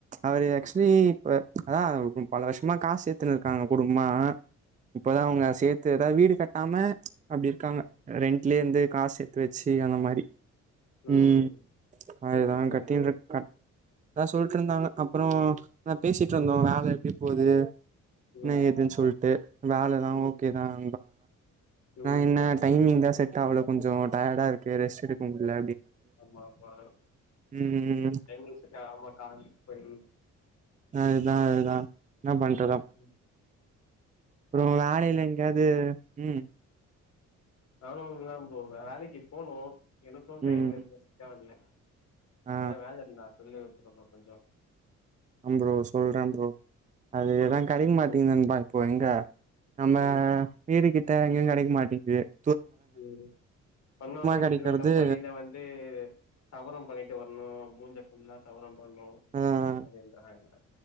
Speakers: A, on the right; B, on the left.
A: அவர் ஆக்ஸ்லி இப்ப அதா
B: அதேதான்.
A: பல வருஷமா காஸ் சேத் <unintelligible> குடும்மா இப்பதா உங்க சேத் த்து எதா வீடு கட்டாம அப்டி இருக்காங்க ரெண்ட்லயே வந்து
B: ம்,
A: காஸ் சேத் வச் சேரி அந்த மாரி
B: ம், ம்,
A: உம்
B: ம்.
A: அதுதா
B: அதான்
A: கட்டிற கட் அதா சொல்டு இருந்தாங்க அப்றோ நா பேசிட்டு
B: ம்,
A: இருந்தோ வேல இப்போது
B: ம்,
A: என்ன எதுன்னு சொல்டு வேலல்லா
B: ம்,
A: ஓகேதா <unintelligible>
B: ம்.
A: நா என்ன டைமிங் தா செட்டாவுல கொஞ்சோ டையடா இருக்கு ரெஸ்ட் எடுக்க முள்ள
B: ஆமா ஆமா
A: ம்
B: எங்க செட் ஆகல ஆமா கால் பன்
A: ஆஹ் இதா அதா நா பண்ற
B: உம்
A: அப்றோ வேலையில எங்கயாவது உம்
B: நானு <unintelligible> ப்ரோ வேலைக்கி போனு எனக்கும்
A: ம்
B: டைம் எதுமே செட் ஆவுரதில்ல
A: ஆ
B: எதா வேல இருந்தா சொல்லு <unintelligible> பஞ்சாப்
A: ஆம் ப்ரோ சொல்ற ப்ரோ அது
B: ம்,
A: எதா கடைக்க மாட்டீங்து
B: ம்,
A: நண்பா இப்போ எங்க நம்ம
B: ம்.
A: மீரி கிட் ட எங்கியு கெடைக் மாட்டிங்து
B: உம் பண்ணாலு ஒரு
A: கெடைக்கறது
B: சில கம்பெனில வந்து சவரம் பண்ணிட்டு வர்ணும் மூஞ்ச ஃபுல்லா. சவரம் பண்ணோ
A: ஆ
B: அப்டிறாங்க